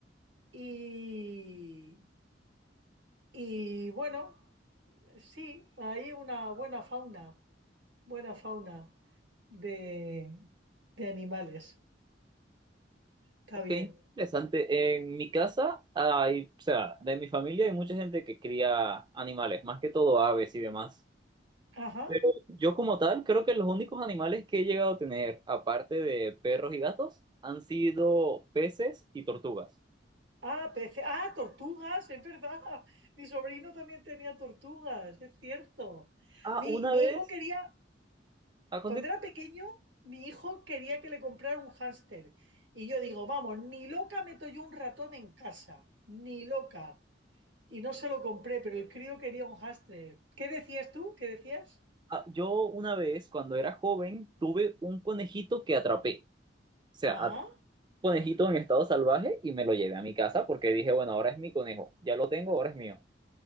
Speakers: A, on the right (about 85°); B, on the right (about 25°).
A: Y, y bueno, sí, hay una buena fauna, buena fauna de, de animales. Está
B: Ok,
A: bien.
B: interesante. En mi casa hay, o sea, de mi familia hay mucha gente que cría animales, más que todo aves y demás.
A: Ajá.
B: Pero yo como tal, creo que los únicos animales que he llegado a tener, aparte de perros y gatos, han sido peces y tortugas.
A: Ah, peces Ah, tortugas, es verdad. <laughs> Mi sobrino también tenía tortugas, es cierto.
B: Ah,
A: Mi,
B: una
A: mi
B: vez,
A: hijo quería,
B: Ah, a
A: cuando era pequeño, mi hijo quería que le comprara un hámster. Y yo digo, vamos, ni loca meto yo un ratón en casa, ni loca. Y no se lo compré, pero el crío quería un Hashtag. ¿Qué decías tú? ¿Qué decías?
B: Ah, yo una vez, cuando era joven, tuve un conejito que atrapé. O sea,
A: Ajá,
B: at- conejito en estado salvaje y me lo llevé a mi casa porque dije, bueno, ahora es mi conejo, ya lo tengo, ahora es mío.